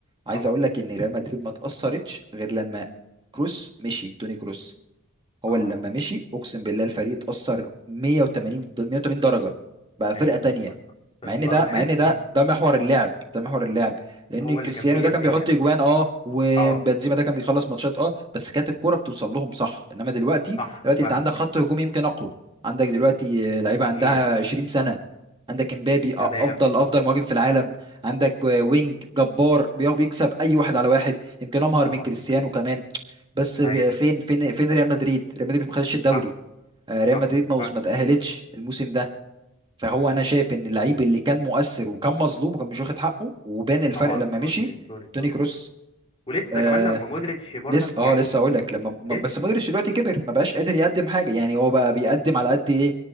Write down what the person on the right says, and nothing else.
عايز
اقول لك ان ريال مدريد ما تاثرتش غير لما كروس مشي توني كروس هو
اللي لما مشي اقسم بالله الفريق اتأثر 180 د- 180 درجة بقى فرقة
تانية
مع ان
ده
مع ان ده
ده محور اللعب ده محور اللعب لان
كريستيانو
ده كان بيحط
اجوان اه وبنزيما
ده كان بيخلص ماتشات اه بس كانت الكرة بتوصل لهم صح انما دلوقتي
دلوقتي
انت عندك خط هجوم يمكن اقوى عندك دلوقتي آه، لعيبة
عندها 20 سنة
عندك امبابي آه،
افضل افضل
مهاجم في العالم عندك آه، وينج جبار بي- بيكسب اي واحد على واحد يمكن امهر
من كريستيانو كمان بس ب-
فين فين فين ريال مدريد ريال مدريد ما خدش الدوري
آه، ريال
مدريد ما
ما تأهلتش الموسم ده فهو انا شايف ان اللعيب اللي كان مؤثر وكان مظلوم وكان مش واخد حقه وبان الفرق
لما
مشي
توني كروس
آه
لسه اه
لسه اقول لك لما ما-
بس مودريتش دلوقتي كبر ما بقاش قادر يقدم حاجه يعني هو بقى بيقدم على قد ايه